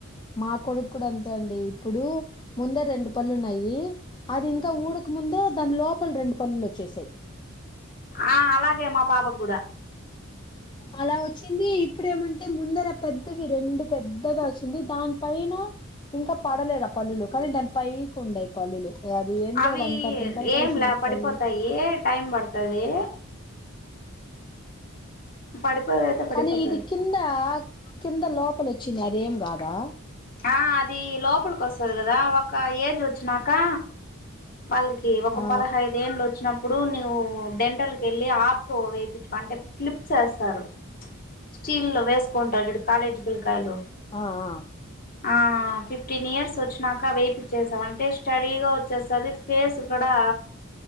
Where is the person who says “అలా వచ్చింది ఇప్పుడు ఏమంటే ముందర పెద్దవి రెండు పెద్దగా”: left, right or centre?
Left